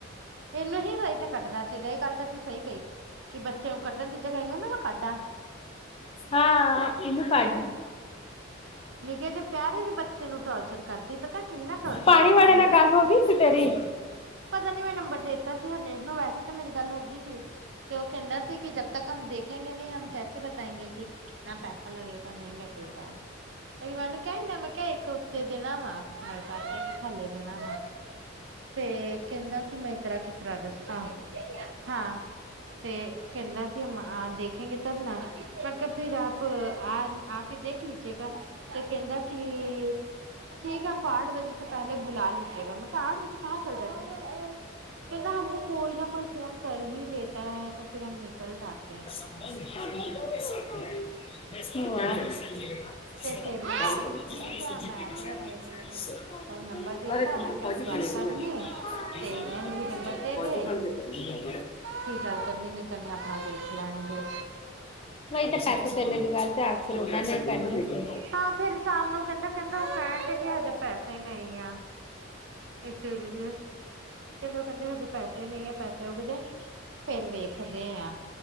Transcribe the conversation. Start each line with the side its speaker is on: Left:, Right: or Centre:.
Right: ਇਹਨੂੰ ਹੀ ਸਹੀ ਕੱਢਣਾ ਚਾਹੀਦਾ ਇਹ ਗੱਲ ਤਾਂ ਤੂੰ ਸਹੀ ਕਹੀ। ਕਿ ਬੱਚੇਆ ਨੁ, ਕੱਢਣ ਦੀ ਜਗ੍ਹਾ ਇਹਨੂੰ ਨਾ ਮੈਂ ਕੱਢਾ। <inaudible>
Left: ਹਾਂ ਇਹਨੂੰ ਕੱਢ
Right: ਨਿੱਕੇ ਯੇਅ ਪਿਆਰੇ ਯਏ ਬੱਚੇ ਨੂੰ ਟੋਰਚਰ ਕਰਦੀ ਪਤਾ ਕਿੰਨਾ ਟੋਚਰ
Left: ਪਾਣੀ
Right: ਕਰਦੀ
Left: ਵਾਲੇ ਨਾਲ
Right: ਹੈ।
Left: ਗੱਲ ਹੋ ਗਈ ਸੀ ਤੇਰੀ
Right: ਪਤਾ ਨੀ ਏ ਨੰਬਰ ਦੇਤਾ ਸੀ ਹਰਨੇਕ ਨੂੰ ਵੈਸੇ ਤਾਂ ਮੇਰੀ ਗੱਲ ਹੋ ਗਈ। ਤੇ ਉਹ ਕਹਿੰਦਾ ਸੀ ਕਿ ਜਬ ਤੱਕ ਹਮ ਦੇਖੇਗੇ ਨਹੀਂ ਹਮ ਕੈਸੇ ਬਤਾਏਂਗੇ ਕਿ ਕਿੰਨਾ ਪੈਸਾ ਲੱਗੇਗਾ ਨਹੀਂ ਲੱਗੇਗਾ ਮੈਨੂੰ ਕ ਹੀਦਾ ਮੈਂ ਕਿਹਾ ਇੱਕ ਉੱਤੇ ਦੇਣਾ ਵਾ ਮਕਾ ਤੇ ਇੱਕ ਥੱਲੇ ਦੇਣਾ ਤੇ ਕਹਿੰਦਾ ਕਿ ਮੈਂ ਤਰ੍ਹਾਂ ਕਿਸ ਤਰ੍ਹਾਂ ਦੱਸਾਂ ਹਾਂ ਤੇ ਕਹਿੰਦਾ ਕਿ ਹਮ ਆ ਦੇਖੇਗੇ ਤਬ ਨਾ ਮਤਬ ਫਿਰ ਆਪ ਆਜ ਆ ਕੇ ਦੇਖ। ਕੀਜੇਗਾ ਤੇ ਕਹਿੰਦਾ ਕੇ ਠੀਕ ਹੈ ਹਮ ਆਠ ਵਜੇ ਪਹਿਲੇ ਬੁਲਾ ਲੇਤੇ ਹੈਨਾ। ਕਾਟ ਵਿੱਚ ਕਹਾ ਚੱਲ ਜਾਂਦੇ ਕਹਿੰਦਾ ਹ ਕੋਈ ਨਾ ਕੋਈ ਫੋਨ ਕਰ ਹੀ ਦੇਤਾ ਹੈ ਤਾਂ ਫਿਰ ਹਮ ਨਿਕਲ ਜਾਤੇ ਹੈ।
Left: <unintelligible> <unintelligible>
Right: ਤੇ ਫਿਰ ਮੈਂ ਕਿਹਾ ਕਿ ਠੀਕ ਹੈ, ਮੈਂ ਫਿਰ ਹਰਨੇਕ
Left: ਪਹਚਣੇਗੀਹਚ
Right: ਨੂੰ ਨੰਬਰ ਦਿੱਤਾ। ਮੈਂ ਕਿਹਾ ਤੂੰ ਗੱਲ ਕਰ
Left: ਸਮ
Right: ਲਈ ਤੇ ਉਹਨਾਂ ਨੂੰ ਵੀ ਨੰਬਰ ਦੇ ਦੇ, ਕੀ ਗੱਲ ਕਰਨੀ ਨੀ ਕਰਨੀ ਆਪਣਾ ਵੇਖ ਲੈਣਗੇ।
Left: ਨਹੀਂ ਤਾਂ ਪੈਸੇ
Right: ਇਸ ਤਰ੍ਹਾਂ
Left: ਪਹਿਲੇ ਦੀ ਗੱਲ ਤੇ ਆ ਉਹਨਾਂ ਨੇ ਕਰਨੀ ਸੀ
Right: ਹਾਂ ਫੇਿਰ ਸ਼ਾਮ ਨੂੰ ਕਹਿੰਦਾ ਕਹਿੰਦਾ ਉਹ ਫੇਡ ਸੀ ਹਜੇ ਪੈਸੇ ਨਹੀਂ ਆ ਇਸੇ ਲਈ ਕਹਿੰਦੇ ਉਹ ਕਹਿੰਦੇ ਹਜੇ ਪੈਸੇ ਨਹੀਂ ਹੈ ਪੈਸੇ ਉਹ ਕਿਦੇ ਫਿਰ ਵੇਖਦੇ ਆ